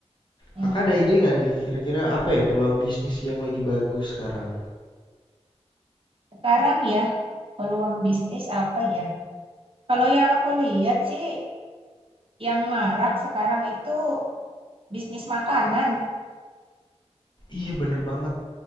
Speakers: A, on the right; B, on the left.
A: Hmm.
B: Kakak ada ide nggak nih? Kira-kira apa ya peluang bisnis yang lagi bagus sekarang?
A: Sekarang ya, peluang bisnis apa ya? Kalau yang aku lihat sih, yang marak sekarang itu bisnis makanan.
B: Iya bener banget.